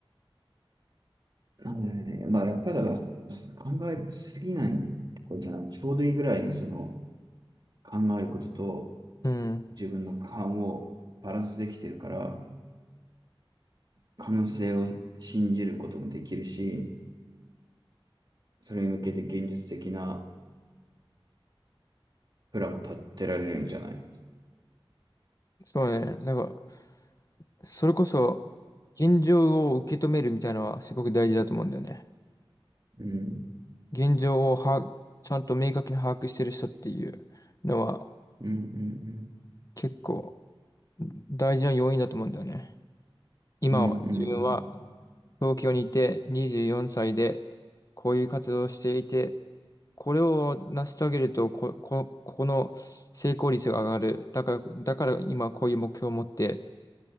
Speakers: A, on the right; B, on the left.
A: なんだよね。まあやっぱりだから、考えすぎないとこじゃない。ちょうどいいぐらいにその、考えることと、
B: うん、
A: 自分の勘をバランスできてるから、可能性を信じることもできるし、それに向けて現実的なプランを立てられるんじゃない
B: そうね、なんか、それこそ、現状を受け止めるみたいなのはすごく大事だと思うんだよね。
A: うん。
B: 現状をは、ちゃんと明確に把握してる人っていうのは
A: うんうん
B: 結構大事な要因だと思うんだよね。今は自分は
A: うん。うんうんうん。
B: 東京にいて24歳でこういう活動をしていて、これを成し遂げるとこ、こ、ここの成功率が上がる。だから、だから今こういう目標を持って